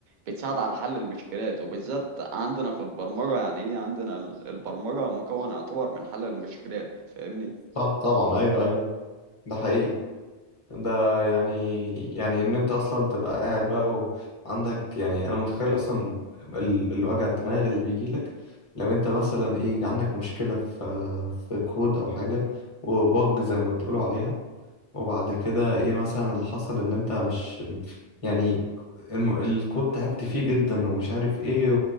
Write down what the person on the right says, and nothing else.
بتساعد على حل المشكلات وبالذات عندنا في البرمجة يعني هي عندنا ال- البرمجة مكون يعتبر من حل المشكلات فاهمني